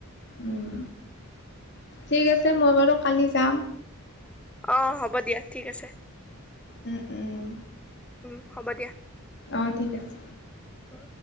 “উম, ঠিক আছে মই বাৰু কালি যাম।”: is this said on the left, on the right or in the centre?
Left